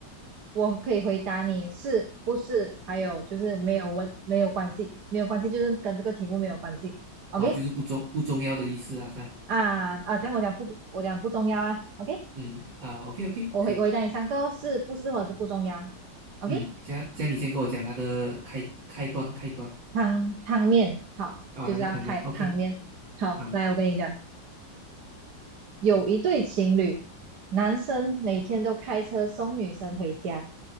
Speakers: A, on the right (about 65°); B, on the right (about 85°).
A: 我可以回答你是不是，还有就是没有问没有关系，没有关系就是跟这个题目没有关系，OK
B: 啊？就是不重不重要的意思啊，是吧？
A: 啊啊，这样我讲不我讲不重要啊，OK，
B: 嗯啊，OK OK，
A: 我回我回答你三个哦是不是或者是不重要
B: 可以，
A: ，OK。
B: 嗯，这样这样你先跟我讲他的开开端开端
A: 汤汤面，好，
B: 啊，
A: 就是要太汤面。
B: 那个汤面，OK，
A: 好，
B: 好，
A: 来，我跟你讲，有一对情侣，男生每天都开车送女生回家。